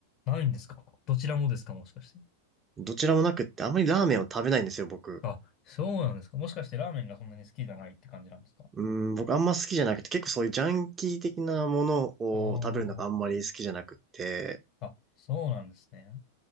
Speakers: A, on the left; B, on the right.
A: ないんですかどちらもですかもしかして。
B: どちらもなくって、あんまりラーメンを食べないんですよ、僕。
A: あ、そうなんですかもしかしてラーメンがそんなに好きじゃないって感じなんですか
B: うーん、僕あんま好きじゃなくて、結構そういうジャンキー的なものを食べるのがあんまり好きじゃなくって、
A: あーあ、そうなんですね。